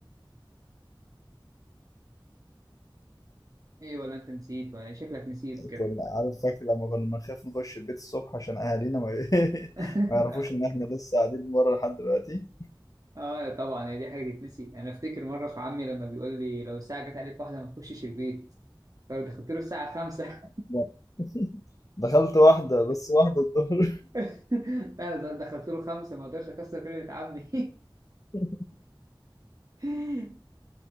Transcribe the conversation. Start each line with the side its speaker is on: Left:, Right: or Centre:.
Right: إيه ولا أنت نسيت ولا شكلك نسيت
Left: <laughs>
Right: كده
Left: كنا عارف فاكر لما كنا بنخاف نخش البيت الصبح عشان اهالينا ما, <laughs>
Right: <laughs>
Left: ما يعرفوش ان احنا لسه قاعدين بره لحد دلوقتي
Right: اه طبعا هي دي حاجه تتنسي انا افتكر مره في عمي لما بيقول لي لو الساعه جت عليك واحده ما تخشش البيت فدخلت له الساعه 5
Left: لا. <laughs> دخلت واحدة بس واحدة الظهر
Right: <laughs> فعلا دخلت له 5 ما اقدرش اكسر كلمه عمي
Left: <laughs>
Right: <laughs>